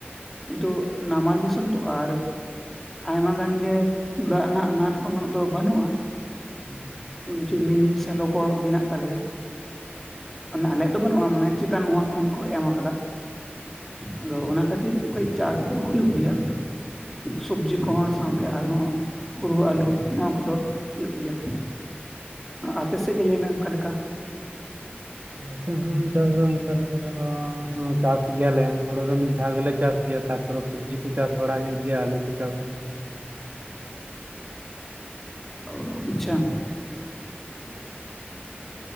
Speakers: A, in the centre; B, on the right (about 45°).
A: ᱛᱚ ᱱᱟᱢᱟᱞ ᱫᱤᱥᱚᱢ ᱛᱚ ᱟᱨ ᱟᱭᱢᱟ ᱜᱟᱱ ᱜᱮ ᱫᱟᱜ ᱨᱮᱱᱟᱜ ᱟᱱᱟᱴ ᱦᱚᱸ ᱩᱱᱟᱹᱜ ᱫᱚ ᱵᱟᱹᱱᱩᱜᱼᱟ᱾
B: <inaudible>
A: ᱡᱮ ᱢᱤᱱᱤ ᱥᱮᱞᱚ ᱠᱚ ᱢᱮᱱᱟᱜ ᱛᱟᱞᱮᱭᱟ ᱟᱞᱮᱭᱟᱜ ᱫᱚ ᱵᱟᱹᱱᱩᱜ ᱢᱟᱱᱮ ᱪᱮᱛᱟᱱ ᱢᱚᱦᱚᱞ ᱠᱷᱚᱱ ᱠᱚ ᱮᱢ ᱟᱠᱟᱫᱟ ᱟᱫᱚ ᱚᱱᱟ ᱠᱷᱟᱹᱛᱤᱨ ᱠᱟᱹᱡ ᱪᱟᱥ ᱫᱚ ᱦᱩᱭᱩᱜ ᱜᱮᱭᱟ᱾ ᱥᱚᱵᱡᱤ ᱠᱚᱦᱚᱸ ᱥᱟᱶᱛᱮ ᱟᱨᱦᱚᱸ ᱦᱩᱲᱩ ᱟᱞᱩ ᱱᱚᱣᱟ ᱠᱚᱫᱚ ᱦᱩᱭᱩᱜ ᱜᱮᱭᱟ᱾ ᱟᱯᱮᱥᱮᱡ ᱜᱮ ᱞᱮᱭᱢᱮ ᱳᱠᱟᱞᱮᱠᱟ
B: ᱱᱚᱛᱮ ᱦᱚᱸ ᱪᱟᱥ ᱫᱚ ᱚᱱᱠᱟ ᱞᱮᱠᱟ ᱫᱚ ᱪᱟᱥ ᱜᱮᱭᱟᱞᱮ ᱦᱩᱲᱩ ᱫᱚ ᱢᱤᱫ ᱫᱷᱟᱣ ᱜᱮᱞᱮ ᱪᱟᱥ ᱜᱮᱭᱟ ᱛᱟᱨᱯᱚᱨᱮ ᱥᱚᱵᱽᱡᱤ ᱠᱚ ᱪᱟᱥ ᱵᱟᱲᱟ ᱦᱩᱭᱩᱜ ᱜᱮᱭᱟ ᱟᱹᱞᱩ ᱠᱚ ᱪᱟᱥ ᱦᱩᱭᱩᱜ
A: <inaudible> ᱟᱪᱪᱷᱟ